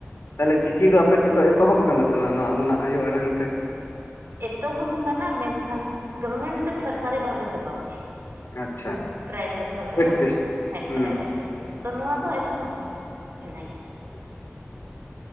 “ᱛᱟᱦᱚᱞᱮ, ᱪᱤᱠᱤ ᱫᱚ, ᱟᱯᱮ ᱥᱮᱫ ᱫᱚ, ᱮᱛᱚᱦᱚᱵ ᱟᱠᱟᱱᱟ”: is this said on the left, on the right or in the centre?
Left